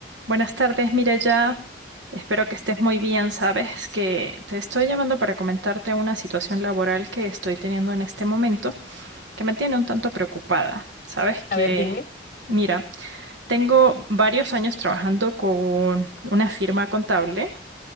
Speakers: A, on the right (about 85°); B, on the left (about 45°).
A: Buenas tardes, Miraya. Espero que estés muy bien. Sabes que te estoy llamando para comentarte una situación laboral que estoy teniendo en este momento que me tiene un tanto preocupada. Sabes que,
B: A ver, dime.
A: mira, tengo varios años trabajando con una firma contable